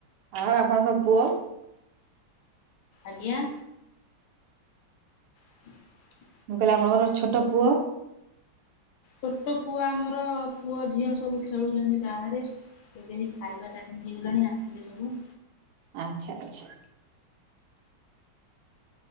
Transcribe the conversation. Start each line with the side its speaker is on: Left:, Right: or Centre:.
Right: ଆଉ ଆପଣଙ୍କ ପୁଅ?
Left: ଆଜ୍ଞା। <inaudible>
Right: ମୁଁ କହିଲି ଆପଣଙ୍କର ଛୋଟ ପୁଅ?
Left: ଛୋଟ ପୁଅ ଆମର ପୁଅ ଝିଅ ସବୁ ଖେଳୁଛନ୍ତି ବାହାରେ। ସେ ଖାଇବା ଟା କେମିତି ହେଇଗଲାଣି ଆସିବେ ସବୁ।
Right: ଆଚ୍ଛା ଆଚ୍ଛା।